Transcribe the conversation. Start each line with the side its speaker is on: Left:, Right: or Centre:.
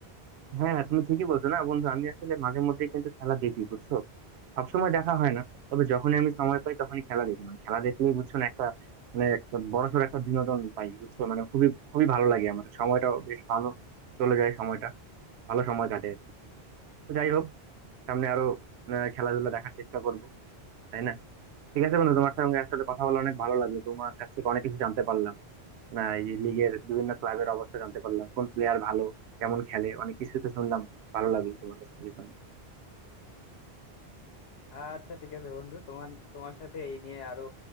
Right: হ্যাঁ তুমি ঠিকই বলছো না বন্ধু আমি আসলে মাঝে মধ্যে কিন্তু খেলা দেখি বুঝছো সবসময় দেখা হয় না তবে যখনই আমি সময় পাই তখনই খেলা দেখি মানে খেলা দেখলেই বুঝছো না একটা মানে একটা বড়সড় একটা বিনোদন পাই বুঝছো মানে খুবই খুবই ভালো লাগে আমার সময়টা বেশ ভালো চলে যায় সময়টা ভালো সময় কাটে আর কি তো যাই হোক সামনে আরো আহ, খেলাধুলা দেখার চেষ্টা করবো তাই না ঠিক আছে বন্ধু তোমার সঙ্গে আসলে কথা বলে অনেক ভালো লাগলো তোমার কাছ থেকে অনেক কিছু জানতে পারলাম না এই লিগের বিভিন্ন ক্লাবের অবস্থা জানতে পারলাম কোন প্লেয়ার ভালো কেমন খেলে অনেক কিছু তো শুনলাম ভালো লাগলো তোমার কাছ থেকে শুনে
Left: আচ্ছা ঠিক আছে বন্ধু তোমার তোমার সাথে এই নিয়ে আরো